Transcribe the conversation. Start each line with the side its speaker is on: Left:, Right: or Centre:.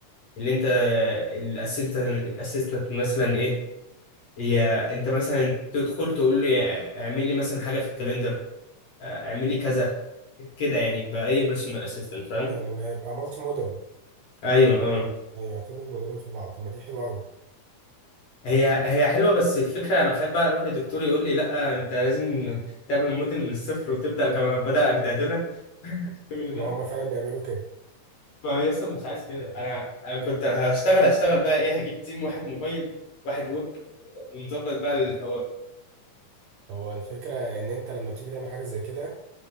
Left: اللي انت الاسيستنت الاسيستنت مثلا ايه يا انت مثلا تدخل تقول لي اعمل لي مثلا حاجه في الكاليندر اه، اعمل لي كذا كده يعني باي بيرسونال اسيستنت فاهم
Right: اه يعني ان هيبقى مالتي موديل
Left: ايوه اه
Right: ايوه هتدمج موديلين في بعض طب ما دي حلوه قوي
Left: هي هي حلوه بس الفكره انا خايف بقى اروح لدكتور يقول لي لا انت لازم تعمل موديل من الصفر وتبدا كما بدا اجدادنا <laughs> الشغل
Right: ما
Left: ده
Right: هم فعلا بيعملوا كده
Left: فيصل مش عايز كده انا انا كنت هشتغل هشتغل بقى ايه هجيب تيم واحد موبايل واحد ويب ونظبط بقى الحوار
Right: هو الفكره ان انت لما بتيجي تعمل حاجه زي كده